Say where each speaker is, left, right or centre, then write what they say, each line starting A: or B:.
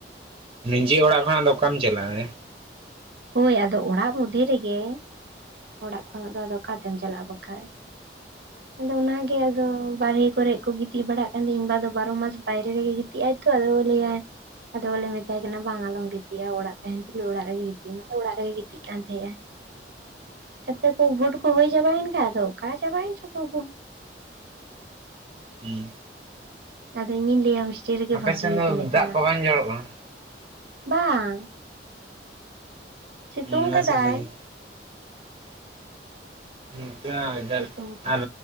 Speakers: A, on the right; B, on the right.
A: ᱱᱤᱡᱮ ᱚᱲᱟᱜ ᱠᱷᱚᱱᱟᱜ ᱫᱚ ᱚᱠᱟᱢ ᱪᱟᱞᱟᱜᱼᱟ᱾
B: ᱦᱳᱭ ᱟᱫᱚ ᱚᱲᱟᱜ ᱢᱚᱫᱽᱫᱷᱮ ᱨᱮᱜᱮ ᱚᱲᱟᱜ ᱠᱷᱚᱱᱟᱜ ᱫᱚ ᱟᱫᱚ ᱚᱠᱟᱛᱮᱢ ᱪᱟᱞᱟᱜᱼᱟ ᱵᱟᱠᱷᱟᱡ᱾ ᱟᱫᱚ ᱚᱱᱟ ᱜᱮ᱾ ᱫᱚ ᱵᱟᱨᱦᱮ ᱠᱚᱨᱮ ᱠᱚ ᱜᱤᱛᱤᱡ ᱵᱟᱲᱟᱜ ᱠᱟᱱᱟᱹᱧᱵᱟ ᱫᱚ ᱵᱟᱨᱚ ᱢᱟᱥ ᱵᱟᱭᱨᱮ ᱨᱮᱜᱮ ᱜᱤᱛᱤᱡ ᱟᱭ ᱛᱚ ᱟᱫᱚ ᱞᱟᱹᱟ ᱟᱭ ᱟᱫᱚ ᱵᱚᱞᱮ ᱢᱮᱛᱟᱭ ᱠᱟᱱᱟ ᱵᱟᱝ ᱟᱞᱚᱢ ᱜᱤᱫᱤᱭᱟ ᱚᱲᱟᱜ ᱛᱟᱦᱮᱱ ᱛᱩᱞᱩᱡ ᱚᱲᱟᱜ ᱨᱮᱜᱮ ᱜᱤᱛᱤᱡ ᱢᱮ ᱟᱫᱚ ᱚᱲᱟᱜ ᱨᱮᱜᱮ ᱜᱤᱛᱤᱡ ᱠᱟᱱ ᱛᱟᱦᱮᱸᱜᱼᱟ᱾ ᱛᱟᱯᱚᱨᱮ ᱠᱚ ᱵᱷᱳᱴ ᱠᱚ ᱦᱩᱭ ᱡᱟᱵᱟᱭᱮᱱ ᱠᱷᱟᱡ ᱛᱚ ᱚᱠᱟ ᱪᱟᱵᱟᱭᱮᱱ ᱪᱚ ᱠᱚ ᱩᱱᱠᱩ᱾
A: ᱦᱩᱸ᱾
B: ᱟᱫᱚ ᱤᱧᱤᱧ ᱞᱟᱹᱭᱟ ᱦᱳᱥᱴᱮᱞ ᱨᱮᱜᱮ
A: ᱟᱯᱮ
B: ᱵᱷᱟᱜᱤ
A: ᱥᱮᱱ
B: ᱜᱮ
A: ᱫᱚ
B: ᱛᱤᱱᱟᱹᱜ
A: ᱫᱟᱜ
B: ᱪᱮᱨᱦᱟ,
A: ᱠᱚ ᱵᱟᱝ ᱡᱚᱨᱚᱜ ᱠᱟᱱᱟ?
B: ᱵᱟᱝ ᱥᱤᱛᱩᱝ
A: ᱟᱞᱮ
B: ᱠᱟᱫᱟᱭ᱾
A: ᱥᱮᱫ ᱫᱚ ᱤᱱᱠᱟ ᱚᱡᱟᱨ
B: ᱥᱤᱛᱩᱝ ᱛᱮ
A: ᱟᱨ